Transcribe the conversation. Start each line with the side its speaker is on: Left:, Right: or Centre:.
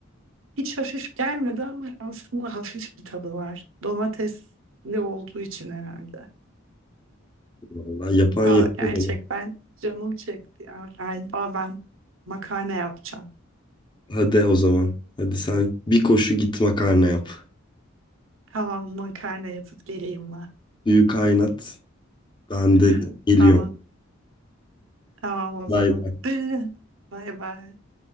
Right: Hiç hafif gelmedi ama aslında hafif bir tadı var. Domatesli olduğu için herhalde.
Left: Vallahi yapan
Right: Aa,
Left: yapıyor
Right: gerçekten
Left: beni.
Right: canım çekti ya. Yani, aa, ben makarna yapacağım.
Left: Hadi o zaman. Hadi sen bir koşu git makarna yap.
Right: Tamam makarna yapıp geleyim ben.
Left: Suyu kaynat. Ben
Right: <laughs>
Left: de geliyorum.
Right: Tamam tamam o
Left: Bay
Right: zaman.
Left: bay.
Right: <laughs> Bay bay.